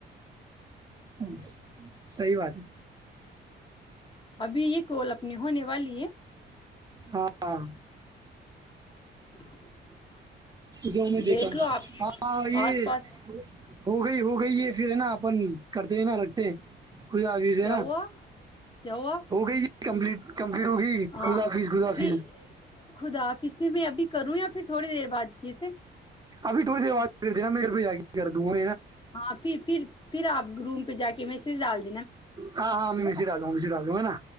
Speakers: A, on the right; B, on the left.
A: ہ سی بات ہے
B: ابھی یہ کولا اپنی ہونے والی ہے
A: ہاں
B: <inaudible>
A: جؤ میں دیکھا
B: دیکھ لو آپ
A: ہاں یہ
B: آس پاس
A: ہو گئی ہو گئی یہ پھر ہے نا اپن کرتے ہیں نا رکھتے کھ عویز
B: کیا
A: ہے نا
B: ہوا کیا ہوا
A: ہو گئی کمپلیٹ کملیٹ ہوگی
B: ہاں
A: خدافظ خداف
B: پھر خدا آفس میں میں ابھی کروں یا پھر تھوڑی دیر بد کیسے
A: ابھی تھوڑی د آگ کر دوں گ
B: ہاں پھر پھر پھر آپ روم پہ جا کے میسج ڈالتے
A: ہاں ہاں ہم مس رہا ڈا ہےا